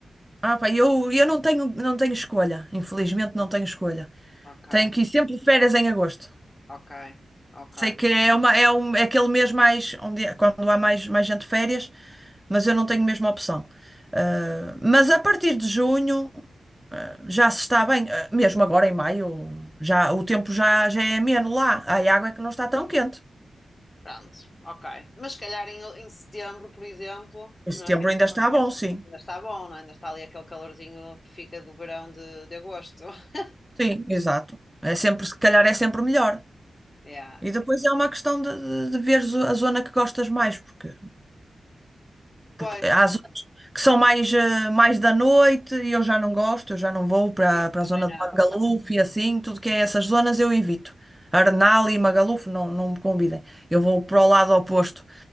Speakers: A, in the centre; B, on the left.
A: Ah, pá, eu, eu não tenho, não tenho escolha, infelizmente não tenho escolha.
B: Ok,
A: Tenho que ir sempre de férias em agosto.
B: ok, ok.
A: Sei que é, uma, é, um, é aquele mês mais, onde, é- quando há mais, mais gente de férias, mas eu não tenho mesmo opção. Ah, mas a partir de junho, ah, já se está bem, Ah, mesmo agora em maio, já, o tempo já, já é ameno lá, a água é que não está tão quente.
B: Pronto, ok. Mas se calhar em, em setembro, por exemplo,
A: Em
B: não
A: setembro
B: é?
A: ainda está bom, sim.
B: Ainda está bom, não é? Ainda está ali aquele calorzinho que fica do verão de, de agosto. <laughs>
A: Sim, exato. É sempre, se calhar é sempre melhor.
B: Yeah.
A: E depois é uma questão de, de, de veres a zona que gostas mais, porque
B: Pois,
A: Porque há zonas que são mais, eh, mais da noite e eu já não gosto, eu já não vou para
B: sim,
A: para
B: também
A: a zona
B: não.
A: de Magaluf e assim, tudo que é essas zonas eu evito. Arnal e Magaluf não, não me convidem. Eu vou para o lado oposto,